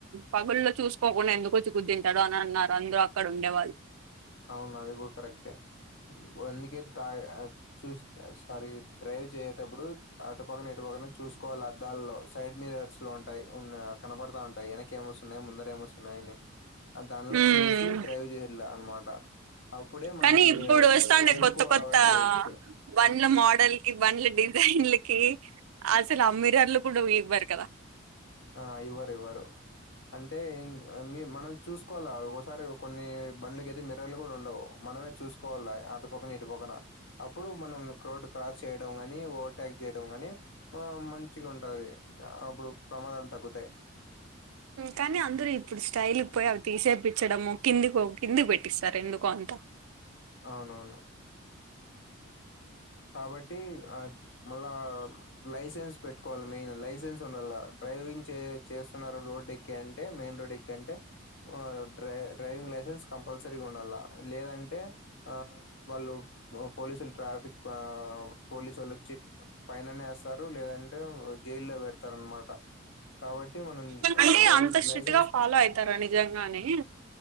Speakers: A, on the right (about 80°); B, on the left (about 60°).
A: పగుల్లో చూసు పోకుండా ఎందుకు వచ్చి కుద్దింటాడు అని అన్నారు అందరూ అక్కడ ఉండేవాళ్ళు
B: అవును అది కూడా కరెక్టే వందక తా చూ సారీ డ్రైవ్ చేయేటప్పుడు అటు పక్కన ఇటు పక్కన చూసుకోవాలి అద్దాల్లో సైడ్ మిరర్స్ లోంచి టాయి కనపడతా ఉంటాయి వెనక ఏమ్ వస్తున్నాయి ముందర ఏమొస్తున్నాయని ఆ దానిలో
A: హ్మ్
B: చూసి డ్రైవ్ చేసలా అనమాట అప్పుడే మనకి
A: కానీ ఇప్పుడు వస్తాండే
B: ఎక్కువ
A: కొత్త కొత్త
B: అవాయిడ్ చేయొచ్చు
A: వన్లు మోడ మోడల్ కి బండ్ల డిజైన్లకి అసలు ఆ మిర్రర్ లు కూడా ఇవ్వారు కదా
B: ఆ ఇవ్వరివ్వరు అంటే మనం చూసుకోవాలా ఒకసారి కొన్ని బండ్లకయితే మిర్రర్ లు కూడా ఉండవు మనమే చూసుకోవాలి అటు పక్కన ఇటు పక్కన అప్పుడు మనం రోడ్ క్రాస్ చేయడం కాని ఓవర్టేక్ చేయ నీ ఆ మంచిగా ఉంటుది అప్పుడు ప్రమాదాలు తగ్గుతాయి
A: కానీ అందరు ఇప్పుడు స్టైల్ పోయి అవి తీసేయిపిచ్చడము కిందికో కిందికి పెట్టిస్తారు ఎందుకో అంతా
B: అవునవును కాబట్టి ఆద్ మళ్ళా లైసెన్స్ పెట్టుకోవాల్ మెయిన్ లైసెన్స్ ఉండాలా డ్రైవింగ్ చే చేస్తున్నారా రోడ్ ఎక్ కే అంటే మెయిన్ రోడ్ ఎక్ అంటే వా డ్రా డ్రైవింగ్ లైసెన్స్ కంపల్సరీగా ఉండాలా. లేదంటే ఆ వాళ్ళు ఓ పోలీసులు ట్రాఫిక్ పావ్ పోలీసోల్ వచ్చి ఫైననే ఏస్తారు లేదంటే జైల్లో వేడతారు అనమాట కాబట్టి మనం
A: అంటే
B: లై
A: అంత స్ట్రిక్ట్
B: లైసెన్స్
A: గా ఫాలో అయితారా నిజగానే